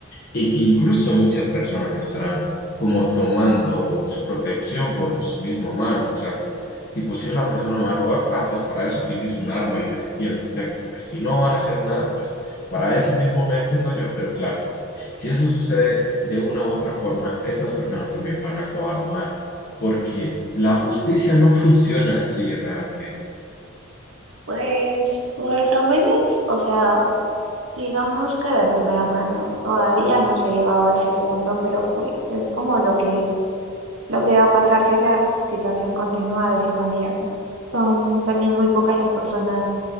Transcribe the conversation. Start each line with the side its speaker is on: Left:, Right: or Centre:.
Left: y que incluso muchas personas estarán como tomando su protección por su misma mano. O sea, como tipo, si una persona me va a robar, ah, pues para eso utilizo un arma y me defiendo. Ya que pues, si no van a hacer nada, pues para eso mismo me defiendo yo. Pero claro, si eso sucede de una u otra forma, estas personas también van a acabar mal, porque la justicia no <laughs> funciona así realmente.
Right: Pues por lo menos, o sea, Digamos que de primera mano todavía no se ha llegado a ese punto, pero pues es como lo que, lo que va a pasar si la situación continúa de esa manera. ¿no? Son también muy pocas las personas